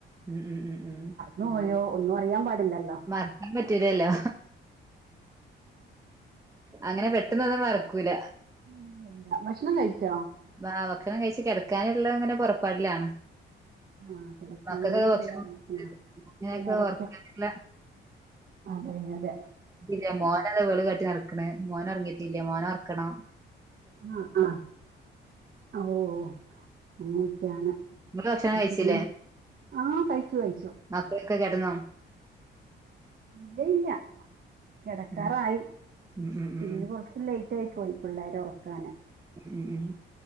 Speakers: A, on the right; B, on the right.
A: മം ഉം ഉം ഉം
B: പോയോ ഒന്നും അറിയൻ പാടില്ലല്ലോ
A: മറക്കാൻ പറ്റൂലല്ലോ അങ്ങനെ പെട്ടെന്നൊന്നും മറക്കൂല
B: ഇല്ല ഇല്ല ഭക്ഷണം കഴിച്ചോ
A: ബ ഭക്ഷണം കഴിച്ചു കിടക്കാനുള്ളഅങ്ങനെ പുറപ്പാടിലാണ്
B: ആ കിടക്കാനുള്ള
A: മക്കൾക്കൊക്കെ ഭക്ഷണംകൊടുത്ത്
B: തയ്യാറെടുപ്പില്ല
A: അനക്കെ
B: പിള്ളേരൊക്കെ
A: ഉറക്കല്ല
B: അതെ അതെ
A: ഇല്ലേ മോന അത് വെള് കാട്ടിനട ക്കണ് മോനൊറങ്ങീട്ടില്ലാ മോന ഉ റക്കണം
B: ആ ആഹ ഓ ഓ അങ്ങനെയൊക്കെയാണ്
A: നിങ്ങള് ഭക്ഷണം കഴിച്ചില്ലേ
B: പിന്നെ ആഹ കഴിച്ചു കഴിച്ചു
A: മക്കളൊക്കെ കെടന്നോ
B: ഇല്ലയില്ല കെടക്കാറായി
A: ഉം ഉം ഉം ഉം
B: ഇന്ന്
A: ഉം
B: കുറച്ച് ലേറ്റായി പോയി പിള്ളേരെ ഉറക്കാന്
A: ഉം ഉം